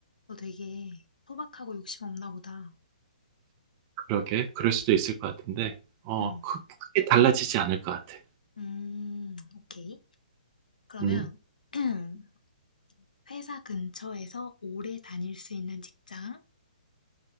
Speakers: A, on the left; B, on the right.
A: 너 되게 소박하고 욕심 없나 보다.
B: 그러게, 그럴 수도 있을 것 같은데, 어,
A: 음.
B: 크, 크게 달라지지 않을 것 같아.
A: 음. 오케이. 그러면
B: 음.
A: <clears throat> 회사 근처에서 오래 다닐 수 있는 직장,